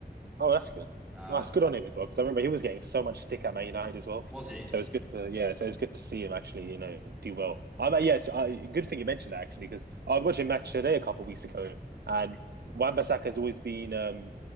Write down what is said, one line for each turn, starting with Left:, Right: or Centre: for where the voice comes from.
Right: Oh, that's good.
Centre: Um,
Right: Nice, good on him as well. Because I remember he was getting so much stick at Man United as well.
Centre: was he?
Right: So it's good to yeah. So it's good to see him actually, you know, do well. I mean, yes, I, good thing you mentioned that actually because I was watching Match Today a couple of weeks ago, and Wan-Bissaka has always been um,